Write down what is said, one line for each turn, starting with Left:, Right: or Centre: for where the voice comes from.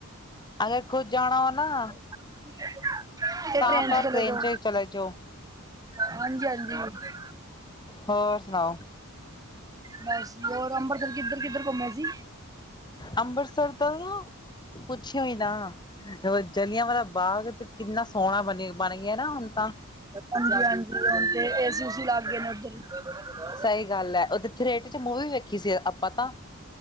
Left: ਅਗਰ ਖੁੱਦ ਜਾਣਾ ਹੋ ਨਾ
Right: <inaudible> ਤੇ
Left: ਤਾਂ
Right: ਟ੍ਰੇਨ
Left: ਤਾਂ
Right: ਚ ਚਲੇ ਜੋ,
Left: ਚਲੇ ਜਾਓ,
Right: ਹਾਂਜੀ- ਹਾਂਜੀ।
Left: ਹੋਰ ਸੁਨਾਓ?
Right: ਬਾੱਸ, ਹੋਰ ਅੰਬਰਸਰ ਕਿੱਧਰ-ਕਿੱਧਰ ਘੁੰਮੇ ਜੀ?
Left: ਅੰਬਰਸਰ ਤਾਂ ਪੁੱਛਯੋ ਈ ਨਾ ਜਲਿਆਂਵਾਲਾ ਬਾਗ ਤੇ ਕਿੰਨਾ ਸੋਨਾ ਬੰਨਯਈ ਬਾੰਨ ਗਯਾ ਨਾ ਹੁਨ ਤਾਂ।
Right: ਹਾਂਜੀ-ਹਾਂਜੀ ਹੁਨ ਤੇ ਏਸੀ- ਉਸੀ ਲਾੱਗੇ ਨੇ ਓਧਰ। <inaudible>
Left: ਸਈ ਗਾੱਲ ਐ, ਓਦੇ ਥਰੇੇਟਰ ਚ ਮੂਵੀ ਵੀ ਵੇਖੀ ਸੀ ਅੱਪਾ ਤਾਂ।